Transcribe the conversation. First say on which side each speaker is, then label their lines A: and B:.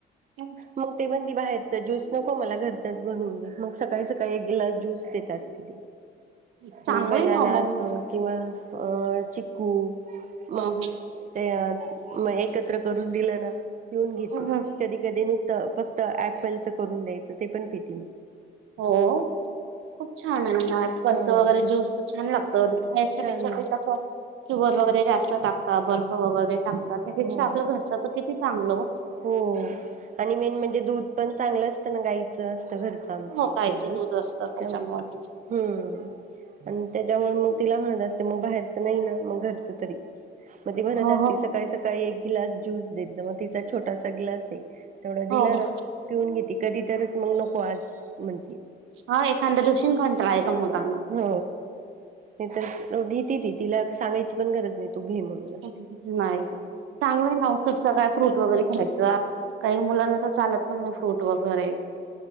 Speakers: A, on the right; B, on the right.
A: ह
B: मग ते म्हणी बाहेरचा ज्यूस नको मला घरचाच बनवून दे मग सकाळी सकाळी एक गिलास ज्यूस देत अस तिी
A: चांगलंय
B: मग बनना
A: ना मग
B: असो किंवा अ चिकू
A: ह
B: मग ते मग एकत्र करून दिलं ना पिऊन घेते
A: ह
B: कध नुसतं फक्त ऍपलच करून द्यायचं ते पण पीती मग
A: हो खूप छान आहे ना ऍपपलच
B: हा
A: वगैरे ज्यूस तर छान लागतच्या
B: छान
A: पेक्षा ते कसं शवर वगैरे जास्त टाकतात बर्फ वगैरे टाकतात त्यापेक्षा
B: हो
A: आपल्या घरच किती चांगल
B: हो आणि मेन म्हणजे दूध पण चांगलं असतं ना गाईचं असत घरचं काम क
A: हो गाईचं
B: करब
A: दूध
B: त्या
A: असतं त्याच्यामुळे.
B: हम्म आणि त्याच्यामुळे मग तिला म्हणत असते मग बाहेरचं नाही ना मग घरचं तरी मग ती बनत
A: हो
B: असती
A: हो
B: सकाळी सकाळी एक ग्लास ज्यूस देत मग तिचा छोटासा ग्लास आहे तेवढा दिला
A: हो हो
B: ना पिऊन घेते कधी तरच मग नको आज म्हण
A: होा एखादा्या दुक्षण घंट रा आहे प मुलांना
B: हो नाही तरर घेतती ती तिला सांगायची पण गरज नाही तू घे म्हग
A: चांगलंय नाऔसटच काय फ्रूट वगैरे खेनायचं काही मुलांना तर चालत पण नाही फ्रूट वगैरे